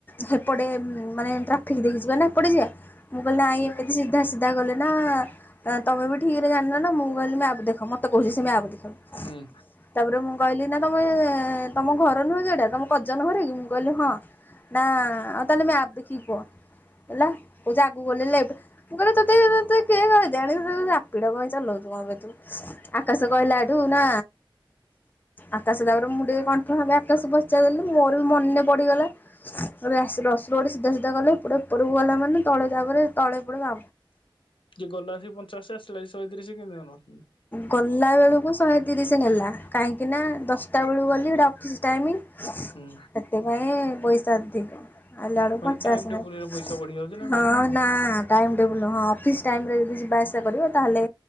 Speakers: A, on the left; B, on the left.
A: ହେପଟେ ମାନେ ଟ୍ରାଫିକ ଦେଇକି ଯିବା ନା ଏପଟେ ଯିବା ମୁଁ କହିଲି ନାଇଁ ଏମିତି ସିଧା ସିଧା ଗଲେ ନା ତୁମେ ବି ଠିକରେ ଜାଣିନ ନା ମୁଁ କହିଲି ମ୍ୟାପ୍ ଦେଖ ମୋତେ କହୁଛି ସେ ମ୍ୟାପ୍ ଦେଖ।
B: ହୁଁ।
A: ତାପରେ ମୁଁ କହିଲି ନା ତମେ ତମ ଘର ନୁହଁ ଯେଟା ତମ ପଜନ ଘରେକି ମୁଁ କହିଲି ହଁ ନା ଆଉ ତାହେଲେ ମ୍ୟାପ୍ ଦେଖିକି କୁହ। ହେଲା କହୁଛି ଆଗକୁ ଗଲେ ଲେଫ୍ଟ ମୁଁ କହିଲି ତତେ କିଏ କଣି ପିଡ କ ଚଲଉଛୁ ଏବେ ତୁ ଆକାଶ କହିଲା ଏଠୁ ନା ଆକାଶ ତାପରେ ମୁଁ ଟିକେ କଣ୍ଠ ଭାବେ ଆକାଶ ପ ପଚା ଦେଲି ମୋର ବି ମନେ ପଡ଼ିଗଲା ରସୁଲଗଡ ସିଧା ସିଧା କଲେ ଏପଟେ ଉପରକୁ ଗଲା ମାନେ ତଳେ ତାପରେ ତଳେ ପଟ ବା
B: ଯିଏ ଗଲା ସେ ପଞ୍ଚାଅଶି ଆସିଲା ସେ ଶହେତିରିଶ କେମିତି ନଉଛନ୍ତି?
A: ଗଲା ବେଳକୁ ଶହେ ତିରିଶ ନେଲା କାହିଁକି ନା ଦଶଟା ବେଳକୁ ଗଲି ହେଇଟା ଅଫିସ୍ ଟାଇମ।
B: ହୁଁ
A: ସେଥି ପାଇଁ ପଇସା ଅଧିକ। ଆଇଲା ବେଳକୁ
B: ମାନେ
A: ପଞ୍ଚାଅଶୀ
B: ଟାଇମ ଟେବୁଲରେ
A: ନେଲା
B: ପଇସା ବଢି ଯାଉଛି ନା କଣ?
A: ହଁ। ନା ଟାଇମ୍ ଟେବୁଲ୍ ହଁ ଅଫିସ୍ ଟାଇମ ରେ ଯଦି ଯିବା ଆସିବା କରିବ ତାହେଲେ